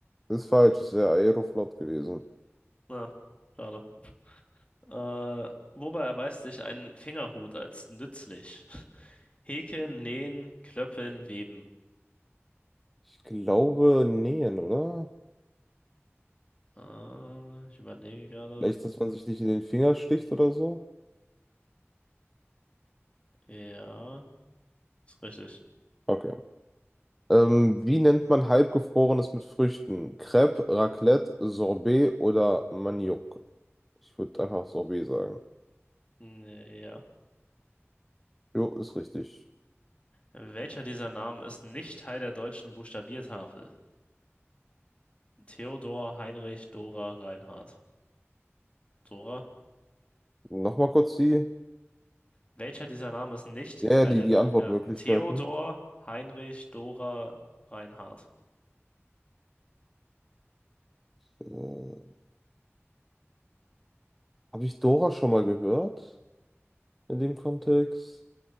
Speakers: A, in the centre; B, on the left.
A: ist falsch, es wäre Aeroflot gewesen.
B: na, schade. Äh, wobei erweist sich ein Fingerhut als nützlich? <laughs> Häkeln, nähen, klöppeln, weben.
A: Ich glaube, nähen, oder?
B: Äh, ich überlege gerade.
A: Vielleicht, dass man sich nicht in den Finger sticht oder so?
B: Ja, ist richtig.
A: Okay. Ähm, wie nennt man halbgefrorenes mit Früchten? Crêpe, Raclette, Sorbet oder Maniok? Ich würde einfach Sorbet sagen.
B: Nee, Ja.
A: Jo, ist richtig.
B: Welcher dieser Namen ist nicht Teil der deutschen Buchstabiertafel? Theodor, Heinrich, Dora, Reinhard. Dora?
A: Nochmal kurz die,
B: Welcher dieser Namen ist nicht
A: ja,
B: Teil
A: ja, die,
B: der
A: die
B: deutschen...
A: Antwortmöglichkeiten.
B: Ja. Theodor, Heinrich, Dora, Reinhard.
A: Äh, habe ich Dora schon mal gehört in dem Kontext?